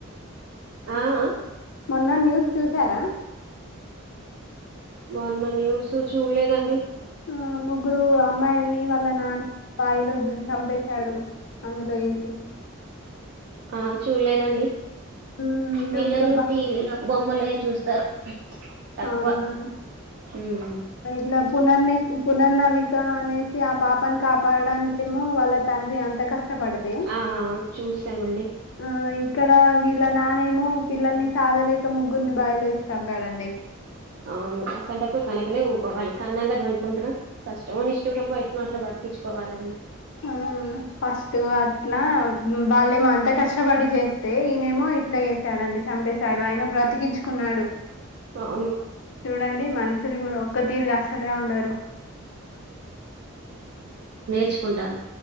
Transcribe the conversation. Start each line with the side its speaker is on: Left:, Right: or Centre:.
Right: ఆఅ
Left: మొన్న న్యూస్ చూసారా.
Right: మొన్న న్యూసు చూల్లేదండి.
Left: ఆ ముగ్గురు అమ్మాయిల్న్ని వాల్ల నాన్ బాయిలో దు చంపేశాడు. అందులో ఏసి
Right: ఆ చూల్లేదండి.
Left: మ్మ్
Right: పిల్లలు
Left: అందులో బా
Right: టీవీలో బొమ్మలె చూస్తారు. తక్కువ
Left: అవునా
Right: ఉమ్
Left: ఇట్ల పునన్ని పునన్నవిక అనేసి ఆ పాపని కాపాడడానికి ఏమో వాళ్ళ తండ్రి అంత కస్ ష్టపడితే,
Right: ఆ చూసామండి
Left: ఆయి ఇక్కడ వీళ్ళ నానేమో పిల్లని సాధలేక ముగ్గుర్ని బాయిలొ ఎసి చంపాడండి.
Right: అవును అస్సాంటప్పుడు కనకనే ఊకోవాలి కన్నాంగా. జంపుకుంట్రు కష్టమో నిష్టురుమో ఎట్నొ నోట్ల బతుకిచ్చు పోవాలని
Left: ఆ ఫస్ట్ అట్ల వాళ్ళేమో అంత కష్షపడి జేస్తే ఈయనేమో ఇట్ల ఏ చరండి. చంపేశాడు ఆయన బ్రతికించుకున్నాడు,
Right: అవును
Left: చూడండి మన్షులు కూడా ఒక్క తీరుగా అసలే ఉండరు.
Right: చ్చుకుంటాల్